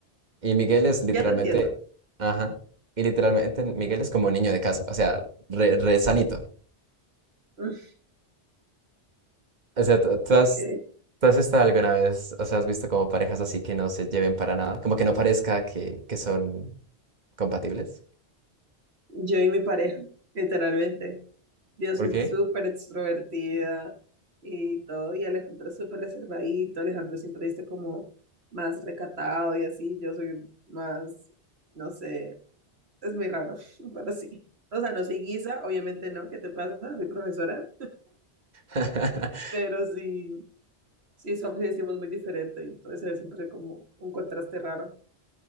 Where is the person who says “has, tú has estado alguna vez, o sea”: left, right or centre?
Right